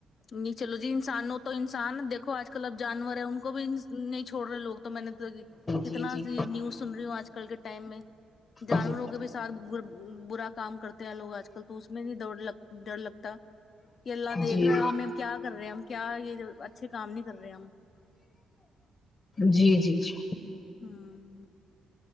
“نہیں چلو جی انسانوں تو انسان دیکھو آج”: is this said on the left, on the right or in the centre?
Left